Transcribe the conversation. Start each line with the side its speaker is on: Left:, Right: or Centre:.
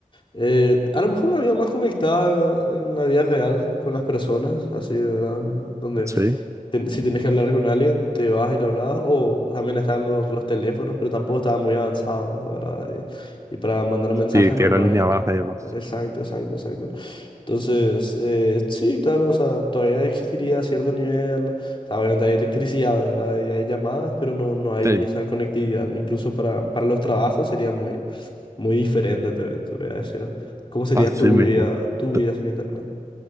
Left: Eh, a lo mejor una vida más conectada en la vida real con las personas, así, ¿verdad? Donde
Right: Sí.
Left: ten- si tenés que hablar con alguien, te vas y le hablas, o también están los, los teléfonos, pero tampoco estaban muy avanzados, ¿verdad? Y, y para mandar mensajes
Right: Sí,
Left: no,
Right: que era
Left: no
Right: línea
Left: había nada.
Right: baja y demás.
Left: Exacto, exacto, exacto. Entonces, eh, sí, claro, o sea, todavía existiría cierto nivel, o sea, obviamente hay electricidad, ¿verdad? Y hay llamadas, pero no, no hay
Right: Sí,
Left: esa conectividad. Incluso para, para los trabajos sería muy, muy diferente, te, te voy a decir, ¿no? ¿Cómo sería
Right: así
Left: tu
Right: mismo.
Left: vida, tu
Right: P-
Left: vida sin internet?